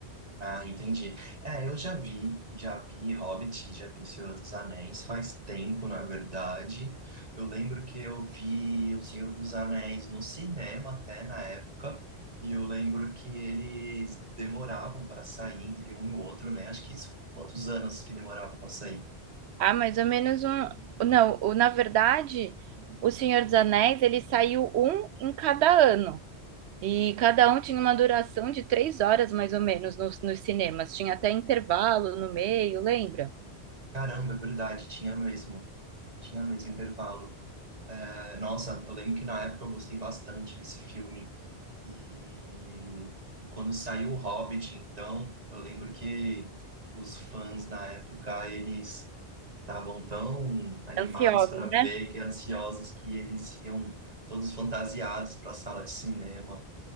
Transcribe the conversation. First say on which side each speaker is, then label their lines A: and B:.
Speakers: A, on the right; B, on the right.
A: Ah, entendi. É, eu já vi, já vi Hobbit, já vi Senhor dos Anéis, faz tempo, na verdade. Eu lembro que eu vi O Senhor dos Anéis no cinema até na época, e eu lembro que eles demoravam para sair entre um e o outro, né? Acho que isso- quantos anos que demoravam para sair?
B: Ah, mais ou menos um. Não, o- na verdade, O Senhor dos Anéis, ele saiu um em cada ano. E cada um tinha uma duração de três horas, mais ou menos, nos, nos cinemas. Tinha até intervalo no meio, lembra?
A: Caramba, é verdade, tinha mesmo. Tinha mesmo intervalo. É, nossa, eu lembro que na época eu gostei bastante desse filme. E quando saiu o Hobbit, então, eu lembro que os fãs na época, eles estavam tão animados
B: Ansiosos,
A: para
B: né?
A: ver que ansiosos que eles iam todos fantasiados para a sala de cinema.